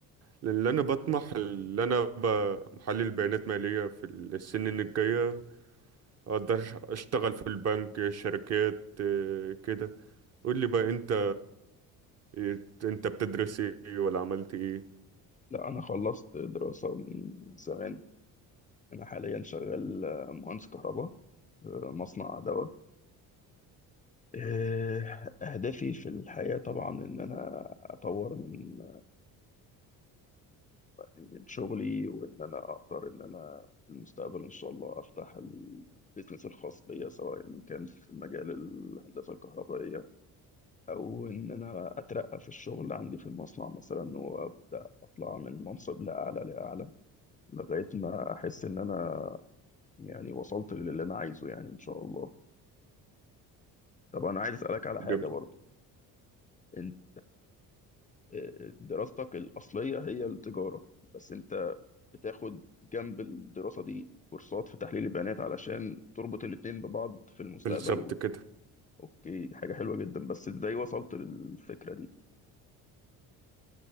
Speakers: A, on the right; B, on the left.
A: لان انا بطمح ان انا ابقى محلل بيانات ماليه في السنين الجايه اقدر اشتغل في البنك شركات إيه، كده قول لي بقى انت إيه، انت بتدرس ايه ولا عملت ايه
B: لا أنا خلصت دراسة من زمان أنا حاليا شغال مهندس كهرباء في مصنع دواء إيه، أهدافي في الحياة طبعا إن أنا أطور من من شغلي وان انا اقدر ان انا في المستقبل ان شاء الله افتح البيزنس الخاص بيا سواء إن كان في مجال الهندسه الكهربائيه او ان انا اترقى في الشغل عندي في المصنع مثلا وابدا اطلع من منصب لاعلى لاعلى لغايه ما احس ان انا يعني وصلت للي انا عايزه يعني ان شاء الله طب انا عايز اسالك على
A: ب-
B: حاجه برضو انت آه، دراستك الاصليه هي التجاره بس انت بتاخد جنب الدراسة دي كورسات في تحليل البيانات علشان تربط الاتنين ببعض في المستقبل
A: بالظبط
B: و...
A: كده
B: اوكي دي حاجة حلوة جدا بس ازاي وصلت للفكرة دي